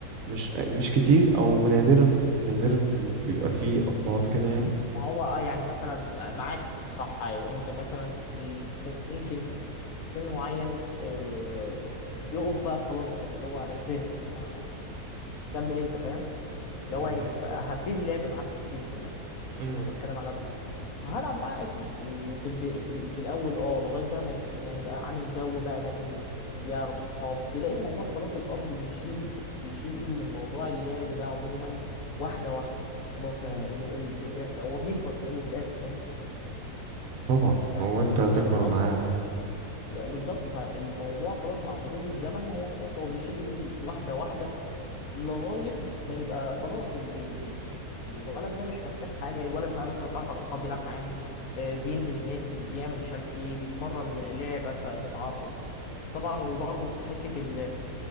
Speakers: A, on the right; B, on the left.
A: مش مش كتير او نادرا نادرا اللي بيبقى فيه ابهات كده يعني
B: ما هو اه يعني مثلا معاك صح ايوه انت مثلا ممكن في سن معين آه، يقف بقى خلاص يعني اللي هو انا كبرت انا ما- كمل انت فاهم اللي
A: مم.
B: هو يعني بقى هبتدي لعب معاه بلاي ستيشن مثلا
A: مم.
B: لو بتكلم على ابني فهلعب معاه اكيد وفي البي... في, ال... في الاول اه لغايه بقى ما, يت... ما يبقى عامل جو بقى جنبه يعرف صحاب تلاقي الموضوع خلاص الاب بيشيل بيشيل ايده من موضوع اللعب ده عموما واحده واحده خلاص
A: مم.
B: أنا ال... ال... آه، هو بيكبر في الاول وفي الاخر فاهم
A: طبعا
B: فال-
A: هو انت هتكبر
B: فالاب
A: معاه
B: لا، بالظبط فالموضوع خلاص مع مرور الزمن هو خلاص هو بيشيل ايده واحده واحده لغايه ما يبقى خلاص ال ال ال الولد بقى مش محتاج حاجه الولد بقى مثلا اتعرف على اصحاب بيلعب معاهم آه، بينزل النادي بيعمل مش عارف ايه بيتمرن لعبه فمتعرف طبعا وبرضه حته ال-